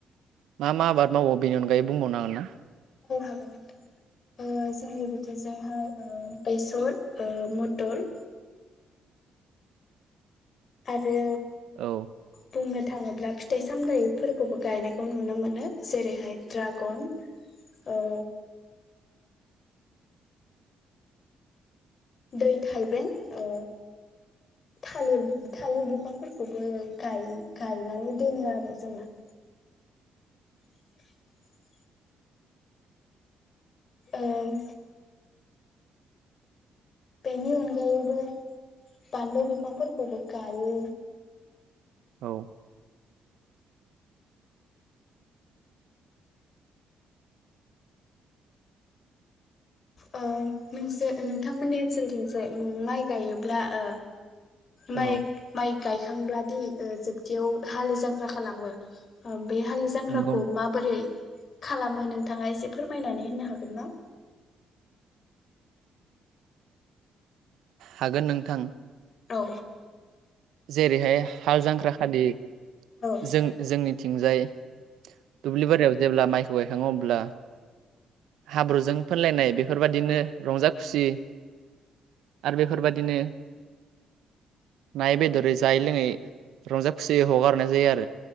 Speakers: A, on the right; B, on the left.
A: मा मा आबाद मावो बेनि अनगायै बुंबावनो हागोन ना
B: औ हागोन नोंथां ओ जोंनि बेथिंजायहाय ओ बेसर ओ मटर आरो
A: औ
B: बुंनो थाङोब्ला फिथाइ सामथायाइफोरखौबो गायनायखौ नुनो मोनो जेरैहाय ड्रागन ओ दै थाइबें ओ थालिर-थालिर बिफांफोरखौबो गाय-गायनानै दोनो आरो जोंना। <inaudible> ओं बेनि अन गायै बो बानलु बिफां फोर खौबो गायो
A: औ
B: ओ मोनसे नोंथांमोननि ओनसोलथिंसाय माइ गायोब्ला ओ
A: औ
B: माइ-माइ गायखांब्लादि ओ जोबथियाव हालि जाग्रा खालामो बे हालि जांख्राखौ
A: नंगौ
B: माबोरै खालामो नोंथाङा एसे फोरमायनानै होननो हागोन ना।
A: हागोन नोंथां
B: औ
A: जेरैहाय हाल जांख्रा खालि
B: औ
A: जों जोंनि थिंजाय दुब्लि बारियाव जेब्ला माइखौ गायखाङो अब्ला हाब्रुजों फोनलायनाय बेफोरबादिनो रंजा खुसि आरो बेफोरबादिनो नाय बेदरै जायै लोङै रंजा खुसियै हगारनाय जायो आरो